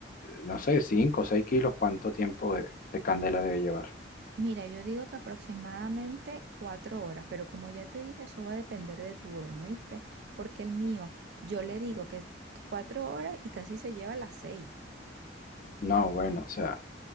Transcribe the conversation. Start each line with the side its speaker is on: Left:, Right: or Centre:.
Left: no sé, 5 o 6 kilos, ¿cuánto tiempo de, de candela debe llevar?
Right: Mira, yo digo que aproximadamente cuatro horas, pero como ya te dije, eso va a depender de tu horno, ¿viste? Porque el mío, yo le digo que cuatro horas y casi se lleva las seis.
Left: No, bueno, o sea,